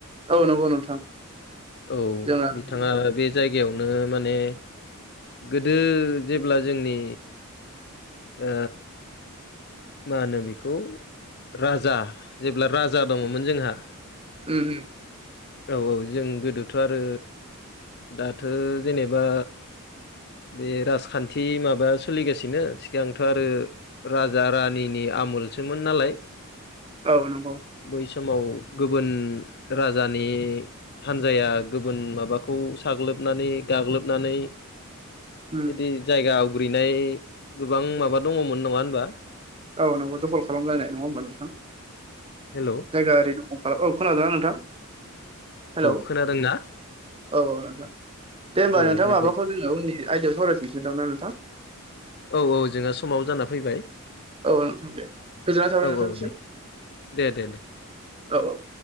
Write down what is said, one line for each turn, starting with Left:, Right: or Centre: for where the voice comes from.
Right: औ नंगौ नोंथां
Left: औ
Right: जोंना उम
Left: बिथाङा बे जायगायावनो माने गोदो जेब्ला जोंनि ओ मा होनो बेखौ राजा जेब्ला राजा दङमोन जोंहा
Right: उ उ
Left: औ औ जों गोदोथ' आरो दाथ' जेनेबा बे राजखान्थि माबाया सोलिगासिनो सिगांथ' आरो राजा रानिनि आमुलसोमोन नालाय
Right: औ नंगौ
Left: बै समाव गुबुन राजानि हानजाया गुबुन माबाखौ साग्लोबनानै गाग्लोबनानै
Right: उम
Left: बिदि जायगा आवग्रिनाय गोबां माबा दङमोन नङा होनबा
Right: औ नोंबो दखल खालाम जानाय नङा होमबा नोंथां
Left: हेल'
Right: जायगा औ खोनादोंना नोंथां हेल' औ
Left: खोनादोंना
Right: औ नोंथां दे होमबा
Left: औ
Right: नोंथा
Left: बेबायदि
Right: माबाखौ जोङो उननि आयदायाव सावरायफिननोसै नामा नोंथां
Left: औ औ जोंहा समाव जाना फैबाय
Right: औ नोंथां दे गोजोननाय थाबाय
Left: औ
Right: नोंथांनिसिम
Left: औ दे दे दे दे
Right: औ औ